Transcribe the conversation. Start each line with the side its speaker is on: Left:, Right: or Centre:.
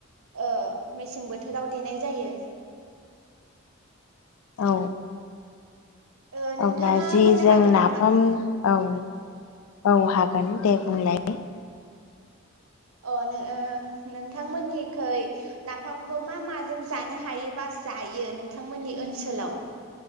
Right: ओ मेसें बोथोराव देनाय जायो।
Left: औ
Right: ओ नोंथाङा
Left: अब्ला जि
Right: होननो
Left: जों
Right: हागोन
Left: नाफाम
Right: नामा
Left: औ औ हागोन दे बुंलाय
Right: अ नो ओ नोंथांमोननिखै नाफामखौ मा माजों जानो हायोबा जायो नोंथांमोननि ओनसोलाव